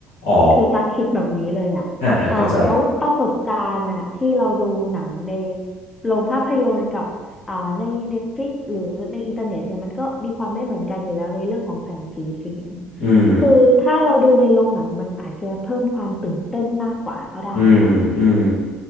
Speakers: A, on the left; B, on the left.
A: อ๋อ
B: คือตั๊กคิดแบบนี้เลยอ่ะอ่าเพราะว่าประสบการณ์อ่ะที่เราดูหนังใน
A: อ่าอ่าเข้าใจ
B: โรงภาพยนตร์กับอ่าในเน็ตฟลิกหรือในอินเทอร์เน็ตเนี่ยมันก็มีความไม่เหมือนกันอยู่แล้วในเรื่องของแสงสีเสียง
A: อืม
B: คือถ้าเราดูในโรงหนังมันอาจจะเพิ่มความตื่นเต้นมากกว่าก็ได้ค่ะ
A: อืมอืม